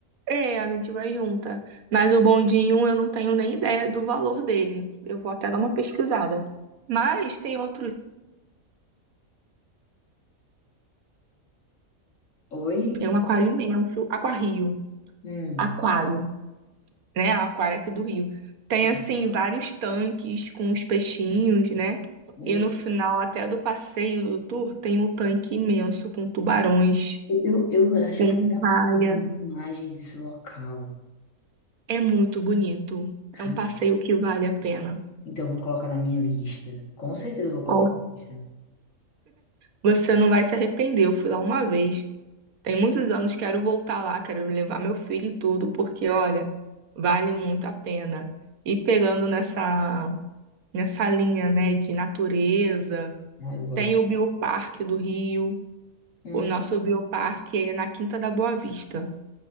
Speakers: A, on the right (about 85°); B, on the left (about 65°).
A: É, a gente vai junta. Mas o bondinho eu não tenho nem ideia do valor dele. Eu vou até dar uma pesquisada. Mas tem outros.
B: Oi?
A: Tem um aquário imenso. Aquário.
B: Hum,
A: Aquário. né? A Aquária aqui do Rio. Tem,
B: sim.
A: assim, vários tanques com os peixinhos, né?
B: Hum.
A: E no final até do passeio do tour tem um tanque imenso com tubarões,
B: Eu, eu acho
A: com
B: que eu já
A: raia.
B: fiz imagens desse local,
A: É muito bonito.
B: cara.
A: É um passeio que vale a pena.
B: Então eu vou colocar na minha lista. Com certeza eu vou colocar
A: Ó,
B: na minha lista.
A: Você não vai se arrepender. Eu fui lá uma vez. Tem muitos anos, quero voltar lá, quero levar meu filho e tudo, porque, olha, vale muito a pena. E pegando nessa, nessa linha, né, de natureza
B: Ah, eu gosto.
A: Tem o Bioparque do Rio.
B: Hum,
A: O nosso Bioparque, ele é na Quinta da Boa Vista.